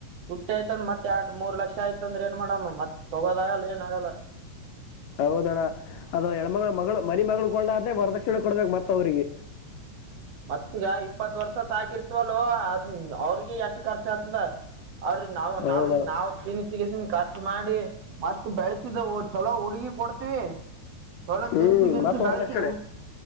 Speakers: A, on the right; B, on the left.
A: ತುಟ್ಟಯತಂದ್ರ ಮತ್ತ ಎರಡ್ ಮೂರ್ ಲಕ್ಷ ಆಯ್ತ ಅಂದ್ರ ಏನ್ ಮಾಡದ ಮತ್ ತಗೋದ ಆಗಲ್ಲ ಏನ್ ಆಗಲ್ಲ
B: ಹೌದಣ ಅದ ಹೆಣ್ಮಗಳು ಮಗಳು ಮನೆ ಮಗಳು ಕೊಳ್ಳರಾದ ವರದಕ್ಷಿಣೆ ಕೊಡ್ಬೇಕು ಮತ್ತ ಅವ್ರಿಗೆ.
A: ಮತ್ಗ ಇಪ್ಪತ್ ವರ್ಷ ಸಾಕಿರ್ತವಲ್ ಅದ್ ಅವ್ರಿಗೆ ಎಷ್ಟ್ ಖರ್ಚ ಆಗ್ತದ. ಅದರ ನಾವು
B: ಹೌದಣ್ಣ
A: ನಾ ನಾವು ತಿನಿಸ ಕ್ಯಾಸ ಕಾರ ಮಾಡಿ ಮತ್ತ್ ಬೆಳಸಿದವು ಚಲೋ ಹುಡುಗಿ ಕೊಡ್ತೀವಿ. ಚೊಲೋ
B: ಹ್ಮ್
A: ತಿನ್ಸಿ ಗಿನ್ಸಿ
B: ಮತ್ತ
A: ಬೆಳಸಿ.
B: ವರದಕ್ಷಿಣೆ